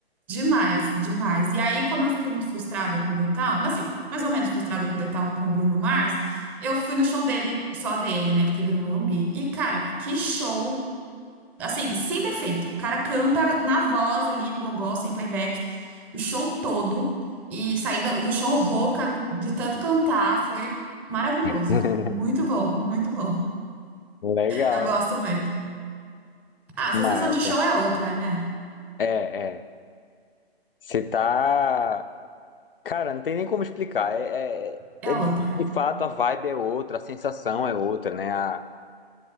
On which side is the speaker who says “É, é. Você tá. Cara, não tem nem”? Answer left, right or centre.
Left